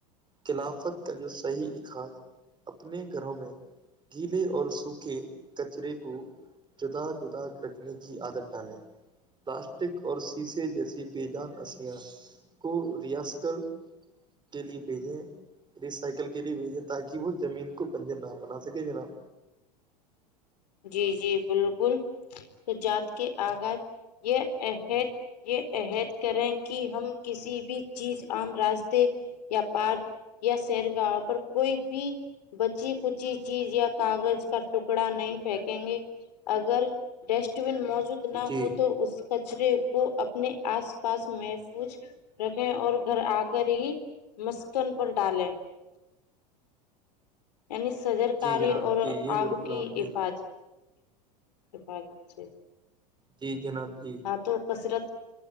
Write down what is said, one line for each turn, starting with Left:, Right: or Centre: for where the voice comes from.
Right: کلافت کا جو صحیح اخاج اپنے گھروں میں گیلے اور سوکھے کچرے کو جدا جدا رکھنے کی عادت ڈالیں پلاسٹک اور شیسے جیسے بے جان اشیاء کو ریاس کل کے لیے بھیجیں ریسائیکل کے لیے بھیجیں تاکہ وہ زمین کو بنجر نہ بناپاۓ صحیح جناب
Left: جی جی بالکل جات کے آغاز یہ عہد یہ عہد کریں کہ ہم کسی بھی چیز عام راستے یا پار یا سیر گاہ پر کوئی بھی بچی کچی چیز یا کاغذ کا ٹکڑا نہیں پھینکیں گے اگر ڈسٹ بین موجود نہ
Right: جی
Left: ہو تو اس ک کچرے کو اپنے آس پاس محفوظ رکھیں اور گھر آ کر ہی مسکن پر ڈالیں یعنی شجر کاری
Right: جی جناب
Left: اور
Right: جی یہ
Left: آپ
Right: بالکل
Left: کی
Right: نے
Left: حفاظ حفاظ اچ
Right: جی جناب جی
Left: ہاں تو کثرت